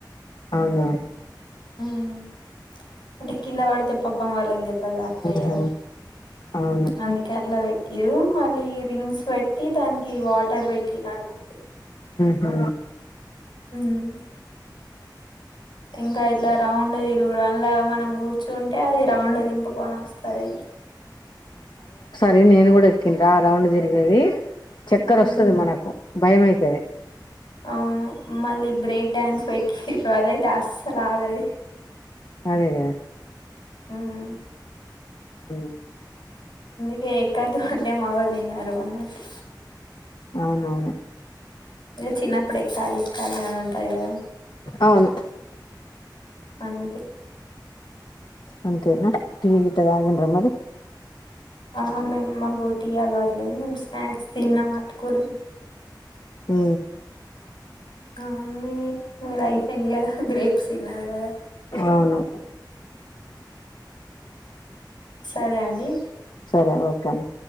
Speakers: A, on the left; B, on the left.
A: అవును
B: మ్మ్ అంటే కింద వడితే పాపం వాలక్ దెబ్ బల్ తాక్తయ్
A: ఆహా
B: గదా
A: అవును
B: అందుకే అట్లా వెట్ టిరు మళ్ళీ రింగ్స్ వెట్టి దానికి వాటర్ వెట్టిర్రన్నట్టు
A: హు
B: మ్ ఇంకా ఇట్లా రౌండ్ దిరుగుడు అండ్ల మనం కూర్చుంటే అది రౌండ్ దింపుక్ కొనస్తది
A: ది నేను కూడా ఎక్కిన్రా రౌండ్ దిర్గేది చక్కర్
B: హ్మ్
A: వొస్తది మనకు భయమైతది
B: అవును మళ్ళీ బ్రేక్ డాన్స్ వెట్టిర్రు అదైతే అస్సలాగది
A: అదేగదా
B: ఉమ్
A: ఉమ్
B: అందుకే ఎక్కద్దు అంటే మావోలినరు అన్నట్టు
A: అవునవును
B: ఇగా చిన్నప్పుడు ఎక్కాలి ఎక్కాలని ఉంటది గదా
A: అవును
B: అందుకే
A: అంతేనా టీ గిట్ట తాగిండ్రా మరి
B: ఆ మేం మాకో టీ అలవాట్లేద్ మేం స్నాక్స్ తిన్నాం అట్కూలు
A: మ్
B: ఆ మీ మీరు అయిపోయింది గదా గ్రేప్స్ తిన్నరు గదా
A: అవును
B: సరే అండి
A: సరే ఓకె అండి